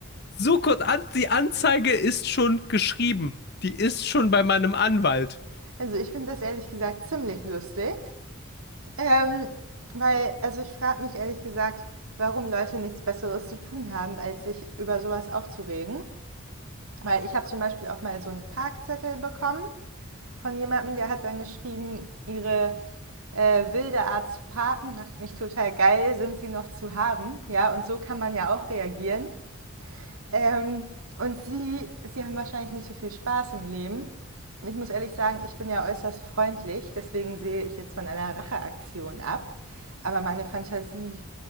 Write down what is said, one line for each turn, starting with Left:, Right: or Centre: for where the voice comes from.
Left: so kurz. An, die Anzeige ist schon geschrieben. Die ist schon bei meinem Anwalt.
Right: also ich finde das ehrlich gesagt ziemlich lustig. Ähm, weil, also ich frage mich ehrlich gesagt, warum Leute nichts Besseres zu tun haben, als sich über sowas aufzuregen. Weil ich habe zum Beispiel auch mal so einen Parkzettel bekommen von jemandem, der hat dann geschrieben, ihre äh, wilde Art zu parken macht mich total geil, sind sie noch zu haben? Ja, und so kann man ja auch reagieren. Ähm, und sie, sie haben wahrscheinlich nicht so viel Spaß im Leben. Und ich muss ehrlich sagen, ich bin ja äußerst freundlich, deswegen sehe ich jetzt von einer Racheaktion ab. Aber meine Fantasie,